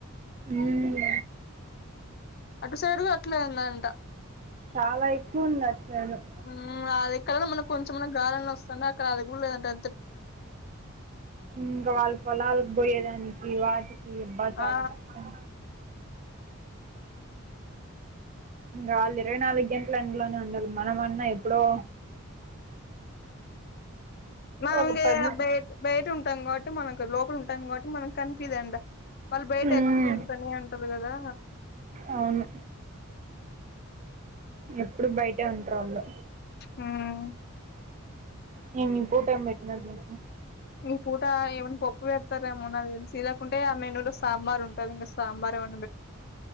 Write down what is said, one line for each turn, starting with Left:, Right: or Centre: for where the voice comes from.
Right: హ్మ్
Left: అటు సైడ్ కూడా అట్లే ఉందంట
Right: చాలా ఎక్కువ ఉంది అటు సైడు
Left: హ్మ్ అదిక్కడన్నా మనం కొంచమన్నా గాలన్న వస్తాంది అక్కడ అది కూడా లేదంటా
Right: ఇంకా వాళ్ళ పొలాల పోయేదానికి వాటి ఈ అబ్బా చాలా
Left: ఆ
Right: కష్టం ఇంగా వాళ్ళు ఇరవై నాలుగు గంటలు ఎండలోనే ఉండాల్నా మనమన్నా ఎప్పుడో
Left: ఉ
Right: ఒక పది
Left: ఏ అబ్బాయే బయట ఉంటాం కాబట్టి మనకు లోపల ఉంటాం కాబట్టి మనకు కన్ఫ్యూజ్ అయింది వాళ్ళు బయట
Right: మ్మ్
Left: ఎక్కువ తిరుగుతానే ఉంటారు కదా
Right: అవును ఎప్పుడు బయటే ఉంట్రాళ్ళు
Left: మ్మ్
Right: నేను మీ పూటను పెట్టినట్టే
Left: ఈ పూట ఏమైన్నా పప్పు పెడతారేమోనండి చీదకుంటే ఆ మెనూ లో సాంబార్ ఉంటది ఇంకా సాంబార్ ఏమ